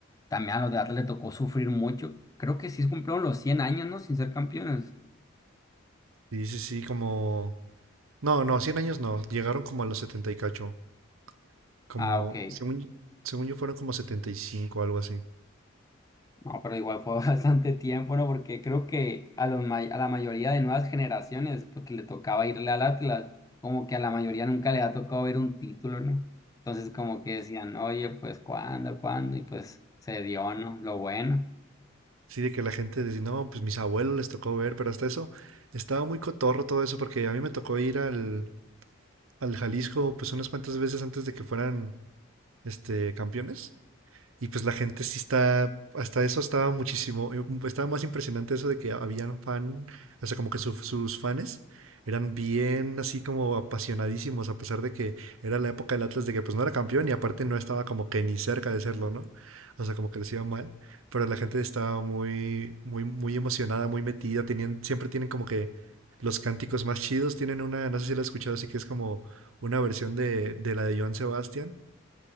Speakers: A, on the left; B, on the right.
A: también a los de Atlas le tocó sufrir mucho, creo que sí cumplieron los 100 años, ¿no? Sin ser campeones.
B: sí, sí, sí, como no, no, 100 años no, llegaron como a los 70 y cacho, como
A: Ah, ok.
B: según según yo fueron como 75 algo así.
A: No, pero igual fue <laughs> bastante tiempo, ¿no? Porque creo que a los may- a la mayoría de nuevas generaciones, porque le tocaba irle al Atlas, como que a la mayoría nunca le ha tocado ver un título, ¿no? Entonces como que decían, oye, pues ¿cuándo, cuándo? Y pues se dio, ¿no? Lo bueno.
B: Sí, de que la gente decía, no, pues mis abuelos les tocó ver, pero hasta eso estaba muy cotorro todo eso, porque a mí me tocó ir al, al Jalisco pues unas cuantas veces antes de que fueran este campeones. Y pues la gente sí está, hasta eso estaba muchísimo, eh, mm, estaba más impresionante eso de que habían fan, o sea, como que su- sus fans eran bien así como apasionadísimos, a pesar de que era la época del Atlas de que pues no era campeón y aparte no estaba como que ni cerca de serlo, ¿no? O sea, como que les iba mal, pero la gente estaba muy, muy, muy emocionada, muy metida, tenían, siempre tienen como que los cánticos más chidos, tienen una, no sé si la has escuchado, así que es como una versión de, de la de Joan Sebastián,